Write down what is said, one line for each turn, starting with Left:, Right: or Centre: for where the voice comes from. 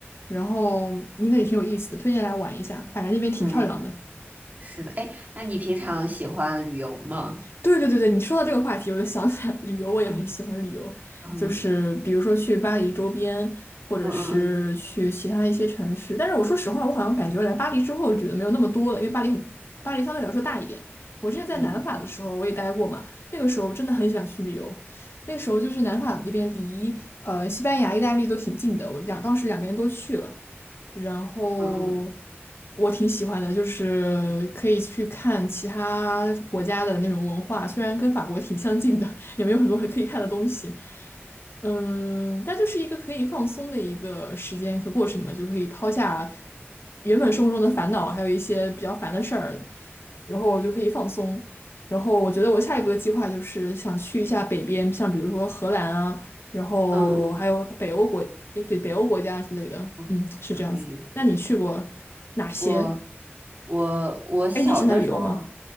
Left: 然后应该也挺有意思的，推荐来玩一下，反正那边挺漂亮的。
Right: 可以可以，是的。哎，那你平常喜欢旅游吗？
Left: 对对对对，你说到这个话题，我就想起来旅游，我也很喜欢旅游，
Right: 嗯嗯
Left: 就是比如说去巴黎周边，或者是去其他一些城市。
Right: 嗯嗯
Left: 但是我说实话，我好像感觉来巴黎之后旅的没有那么多了，因为巴黎很，巴黎相对来说大一点。我之前在南法的时候我也待过嘛，
Right: 嗯
Left: 那个时候真的很喜欢去旅游。那个时候就是南法那边离呃西班牙、意大利都挺近的，我两当时两边都去了。然后
Right: 嗯嗯
Left: 我挺喜欢的，就是可以去看其他国家的那种文化，虽然跟法国挺相近的，也没有很多可以看的东西。嗯，但就是一个可以放松的一个时间和过程嘛，就可以抛下原本生活中的烦恼，还有一些比较烦的事儿，然后我就可以放松。然后我觉得我下一步的计划就是想去一下北边，像比如说荷兰啊。然后还有北欧国，
Right: 嗯嗯，
Left: 诶，对，北欧国家之类的，
Right: 嗯可以可以。
Left: 嗯，是这样子。那你去过哪些？
Right: 我我我小的时候，
Left: 哎，你喜欢旅游吗？